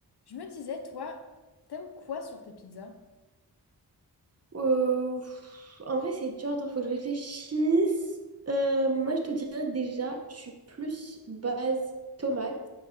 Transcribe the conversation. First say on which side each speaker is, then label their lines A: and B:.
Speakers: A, on the left; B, on the right.
A: Je me disais, toi, t'aimes quoi sur tes pizzas?
B: Euh, pff, en vrai, c'est dur. Attends, faut que je réfléchisse. Euh, bon, moi, je te dirais déjà, je suis plus base tomate,